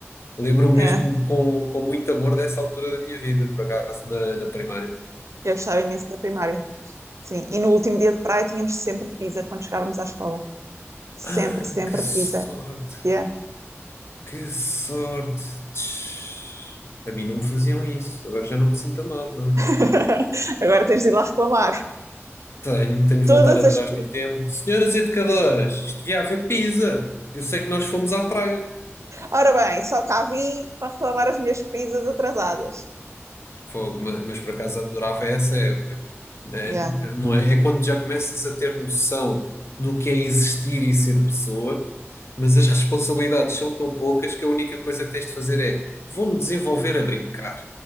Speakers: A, on the left (about 60°); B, on the right (about 80°).
A: lembro-me
B: é.
A: mesmo de- com, com muito amor dessa altura da minha vida, por acaso, na, na primária.
B: Eu gostava imenso da primária. Sim, e no último dia de praia tínhamos sempre pizza quando chegávamos à escola. Sempre,
A: Ah,
B: sempre
A: que sorte,
B: pizza. Yeah.
A: que sorte. Tch. A mim não me faziam isso, agora já não me sinto amado, não.
B: <laughs> Agora tens de ir lá reclamar.
A: Tenho, tenho de
B: Todas
A: voltar atrás
B: as. pi-
A: no tempo. Senhoras educadoras, isto devia haver pizza. Eu sei que nós fomos à praia.
B: Ora bem, só cá vim para reclamar as minhas pizzas atrasadas.
A: Fogo, ma- mas por acaso adorava essa época, né?
B: Yeah.
A: Não é? É quando já começas a ter noção do que é existir e ser pessoa, mas as responsabilidades são tão poucas que a única coisa que tens de fazer é vou-me desenvolver a brincar,